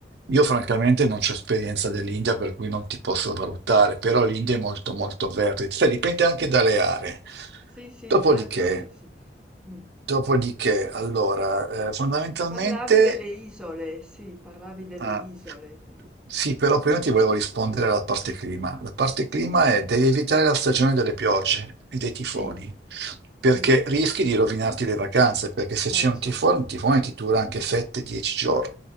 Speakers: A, on the right; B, in the centre.
A: io francamente non ho esperienza dell'India, per cui non ti posso valutare, però l'India è molto molto verde. Sai, dipende anche dalle aree.
B: Sì, sì,
A: Dopodiché,
B: certo, sì, sì. Mm.
A: dopodiché, allora, eh, fondamentalmente.
B: Parlavi delle isole, sì, parlavi delle
A: Ah,
B: isole, che-
A: sì, però prima ti volevo rispondere alla parte clima. La parte
B: sì,
A: clima è devi evitare la stagione delle piogge e dei tifoni,
B: sì, sì.
A: perché rischi di rovinarti le vacanze, perché se
B: Certo.
A: c'è un tifone, un tifone ti dura anche 7-10 giorni.